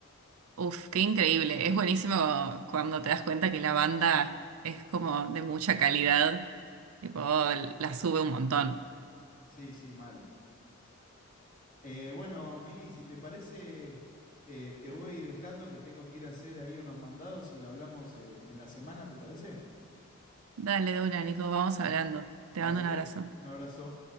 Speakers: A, on the right; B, on the left.
A: Uf, qué increíble. Es buenísimo cuando te das cuenta que la banda es como de mucha calidad, tipo, la sube un montón.
B: Sí, sí, mal. Eh, bueno, Mili, si te parece, eh, te voy dejando que tengo que ir a hacer ahí unos mandados y hablamos eh, en la semana, ¿te parece?
A: Dale, de una, Nico, vamos hablando. Te
B: Dale,
A: mando un abrazo.
B: un abrazo.